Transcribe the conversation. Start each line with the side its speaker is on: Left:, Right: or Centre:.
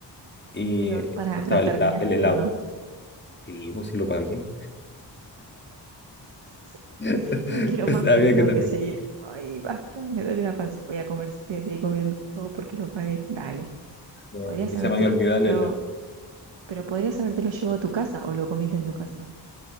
Left: Y
Right: Pero para,
Left: estaba
Right: ¿lo
Left: el,
Right: terminaste
Left: hela- el helado.
Right: o no?
Left: Sí, pues sí lo pagué.
Right: <laughs>
Left: <laughs>
Right: No quiero más,
Left: Sabía
Right: pero tengo
Left: que también.
Right: que seguir. Ay, basta, me duele la panza. Voy a comer, voy a seguir comiendo todo porque lo pagué. Dale.
Left: Eh,
Right: Podrías
Left: y
Right: haberte,
Left: se me había olvidado el
Right: pero,
Left: helado.
Right: pero podrías habértelo llevado a tu casa o lo comiste en tu casa